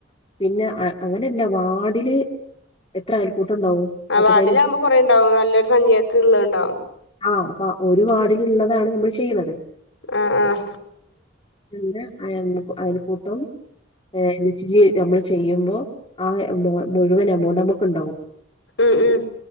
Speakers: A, on the left; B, on the left.
A: പിന്നെ അങ്ങനെയല്ല വാടില് എത്ര അയൽക്കൂട്ടം ഉണ്ടാവും
B: ആ്
A: പത്ത്
B: വാഡിലാകുമ്പോ
A: പതിനഞ്ച് വീട്.
B: കൊറേ ഉണ്ടാവും നല്ലൊരു സംഖ്യക്കെ ഇള്ള ഉണ്ടാവും
A: ആഹ് അപ്പ ഒരു വാടിലള്ളതാണ് നമ്മൾ ചെയ്യുന്നത്
B: ആ.. ആഹ്..
A: െഅ അയൽക്കൂട്ടം <unintelligible> ഇജ് നമ്മള് ചെയ്യുമ്പോ ആ മുഴുവൻ എമൗണ്ട് നമ്മുക്ക് ഉണ്ടാവും
B: ഉം ഉം..